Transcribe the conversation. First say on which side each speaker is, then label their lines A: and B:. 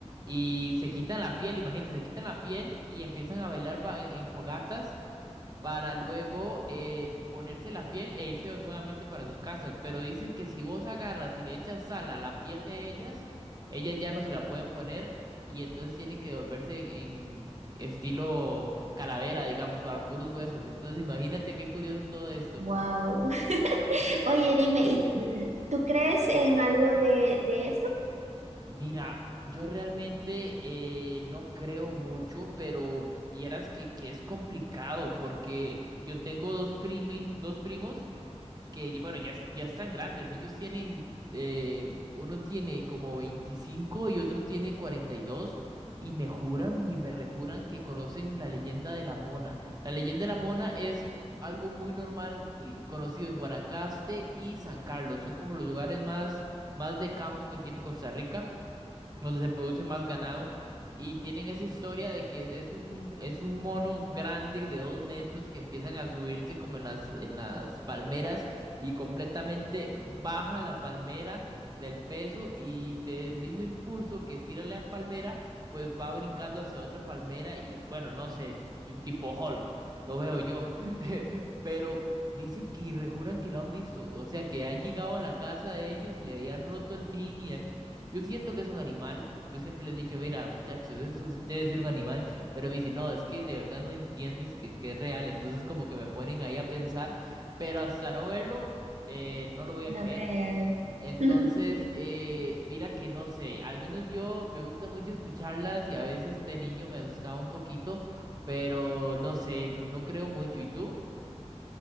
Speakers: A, on the right (about 35°); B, on the right (about 85°).
A: y se quitan la piel, imagínate, se quitan la piel y empiezan a bailar ba- en fogatas para luego eh, ponerse la piel e irse nuevamente para sus casas. Pero dicen que si vos agarras y le echas sal a la piel de ellas, ellas ya no se la pueden poner y entonces tienen que volverse en estilo calavera, digamos, para puros huesos. Entonces imagínate qué curioso todo esto.
B: Wow. <laughs> Oye, dime, ¿y mm, tú crees en algo de, de eso?
A: Mira, yo realmente eh, no creo mucho, pero vieras que, que es complicado porque yo tengo dos primi- dos primos que bueno, ya, es- ya están grandes. Ellos tienen, eh, uno tiene como 25 y otro tiene 42 y dos y me juran y me rejuran que conocen la leyenda de la Mona. La leyenda de la Mona es algo muy normal y conocido en Guanacaste y San Carlos. Son como los lugares más, más de campo que tiene Costa Rica donde se produce más ganado. Y tienen esa historia de que es un, es un mono grande de dos metros que empiezan a subirse como en las, en las palmeras y completamente baja la palmera del peso y del mismo impulso que tira la palmera, pues va brincando hacia otra palmera y bueno, no sé, yo- tipo Hulk, lo veo yo.
B: Ujú.
A: <laughs> Pero dicen que y rejuran que lo han visto, o sea, que han llegado a la casa de ellos y le han roto el zinc y han yo siento que es un animal. Yo siempre les he dicho, mira, muchachos, eso es- debe ser un animal. Pero me dicen, no, es que de verdad no entiendes que, que es real. Entonces como que me ponen ahí a pensar, pero hasta no verlo, eh, no lo voy a
B: No
A: creer.
B: creerlo.
A: Entonces,
B: <laughs>
A: eh, mira que no sé, al menos yo me gusta mucho escucharlas y a veces de niño me asustaba un poquito, pero no sé, no, no creo mucho. ¿Y tú?